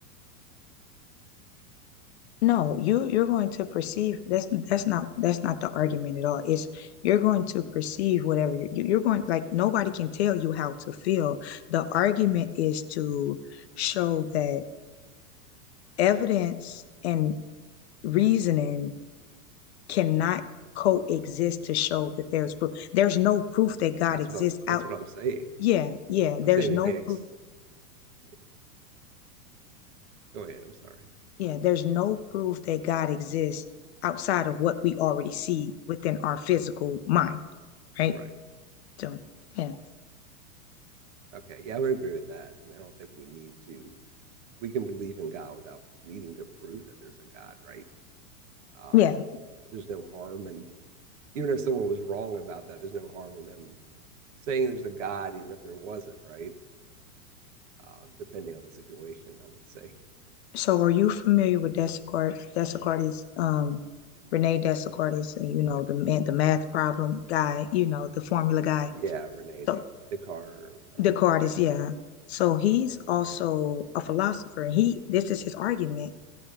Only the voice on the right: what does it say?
You know,
that's
what I'm. That's
what I'm saying.
I'm saying
we can't. Ex-
yeah, go ahead. I'm sorry.
Right.
Okay. Yeah, I would agree with that. I mean, I don't think we need to. We can believe in God without needing to prove that there's a God, right? Um,
there's no harm, and even if someone was wrong about that, there's no harm in them saying there's a God, even if there wasn't, right? Um, depending on the situation, I would say.
The,
the,
the,
yeah.
Yeah, Rene, the
the car. I don't
know how to pronounce.
It.